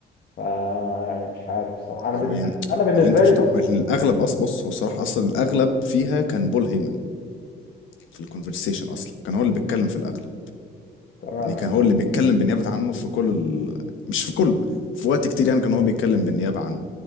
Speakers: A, on the left; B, on the left.
A: فمش عارف الصراحة انا
B: عربي
A: ب...
B: يعني
A: انا بالنسبة
B: اللي انت مش
A: لي
B: متابعه
A: بص
B: الاغلب اصلا بص هو الصراحه اصلا الاغلب فيها كان بول هيمن في الكونفرسيشن اصلا كان هو اللي بيتكلم في الاغلب
A: تمام
B: يعني كان هو اللي بيتكلم بالنيابه عنه في كل ال... مش في كله في وقت كتير يعني كان هو بيتكلم بالنيابه عنه